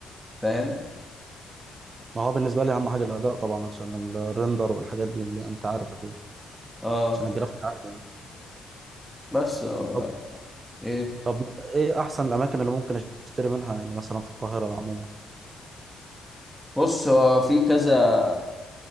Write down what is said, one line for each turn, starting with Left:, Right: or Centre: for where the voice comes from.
Centre: فاهم
Right: ما هو بالنسبه لي اهم حاجه الاداء طبعا عشان الريندر والحاجات دي اللي انت عارف اكيد
Centre: اه
Right: عشان الجرافيك عالي يعني
Centre: بس هو
Right: طب
Centre: ايه
Right: طب ايه احسن الاماكن اللي ممكن اشتري منها يعني مثلا في القاهره عموما
Centre: بص هو في كذا